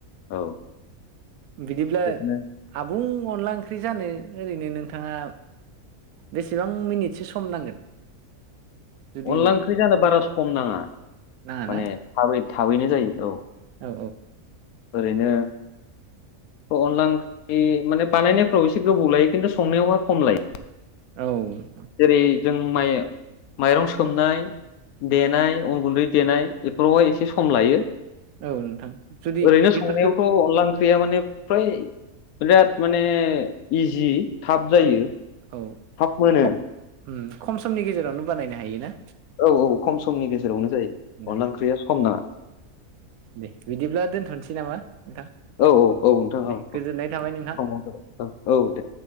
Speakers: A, on the left; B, on the right.
A: औ
B: बिदिब्ला
A: बेखौनो
B: आबुं अनला ओंख्रि जानो ओरैनो नोंथाङा बेसेबां मिनिटसो सम नांगोन
A: <inaudible>
B: जुदि
A: अनला ओंख्रि जानो बारा सम नाङा
B: नाङा
A: माने
B: ना
A: थाब थाबैनो जायो औ
B: औ
A: ओरैनो अनला ओंख्रि माने बानायनायफ्राव एसे गोबाव लायो खिन्थु संनायावहा खम लायो
B: औ
A: जेरै जों माइ माइरं सोमनाय देनाय उन गुन्दै देनाय बेफोरावहाय एसे सम लायो
B: औ नोंथां जुदि
A: <inaudible> ओरैनो
B: बेफोरखो
A: संनायावथ' अनला ओंख्रि ओंख्रिया माने फ्राय बिराद माने इजि थाब जायो।
B: औ औ
A: थाब मोनो
B: ख उम खम समनि गेजेरावनो बानायनो हायो ना?
A: औ औ खम समनि गेजेरावनो जायो
B: उम
A: अनला ओंख्रिया सम नाङा
B: दे बिदिब्ला दोनथ'नोसै नामा नोंथां?
A: औ औ औ नोंथाङा
B: दे
A: औ
B: गोजोननाय थाबाय नोंथां
A: <unintelligible> औ औ दे